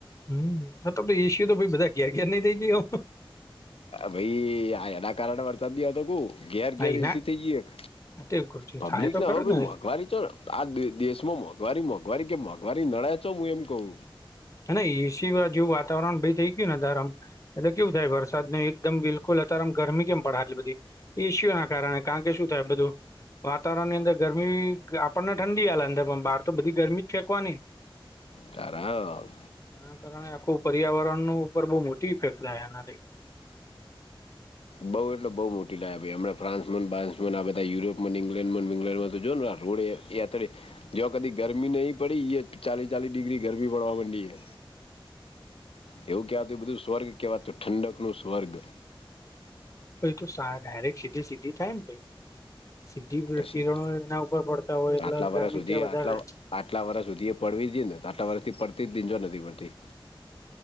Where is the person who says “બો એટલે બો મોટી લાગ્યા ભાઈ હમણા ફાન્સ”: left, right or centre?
Left